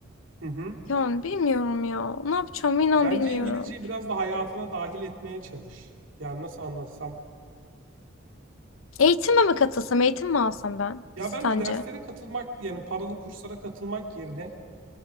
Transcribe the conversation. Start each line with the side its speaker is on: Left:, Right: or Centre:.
Right: Hı hı.
Left: Yani bilmiyorum ya. Ne yapacağım inan
Right: Bence
Left: bilmiyorum.
Right: İngilizceyi biraz da hayatına dahil etmeye çalış. Yani nasıl anlatsam?
Left: Eğitime mi katılsam, eğitim mi alsam ben
Right: Ya
Left: sence?
Right: bence derslere katılmak yani paralı kurslara katılmak yerine